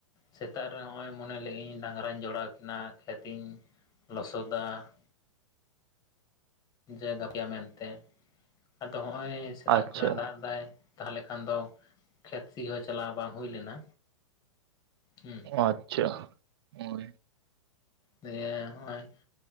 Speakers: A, on the left; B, on the right.
A: ᱥᱮᱛᱟᱜ ᱨᱮ ᱦᱚᱜᱼᱚᱭ ᱢᱚᱱᱮ ᱞᱮᱜ ᱤᱧ, ᱰᱟᱝᱨᱟᱧ ᱡᱚᱲᱟᱣ ᱠᱤᱱᱟ ᱠᱷᱮᱛ ᱤᱧ, ᱞᱚᱥᱚᱫᱟ᱾ ᱡ ᱜᱟᱯᱮᱤᱭᱟ ᱢᱮᱱᱛᱮ, ᱟᱫᱚ ᱦᱚᱸᱜᱼᱚᱭ ᱥᱮᱛᱟᱜ
B: ᱟᱪᱪᱷᱟ
A: ᱠᱷᱚᱱᱟᱜ ᱫᱟᱜᱫᱟᱭ, ᱛᱟᱦᱚᱞᱮ ᱠᱷᱟᱱ ᱫᱚ ᱠᱷᱮᱛ ᱥᱤ ᱦᱚᱸ ᱪᱟᱞᱣ ᱵᱟᱝ ᱦᱩᱭ ᱞᱮᱱᱟ ᱦᱩᱸᱼᱼ
B: ᱟᱪᱪᱷᱟ ᱦᱳᱭ
A: ᱫᱤᱭᱮ ᱦᱚᱜᱼᱚᱭ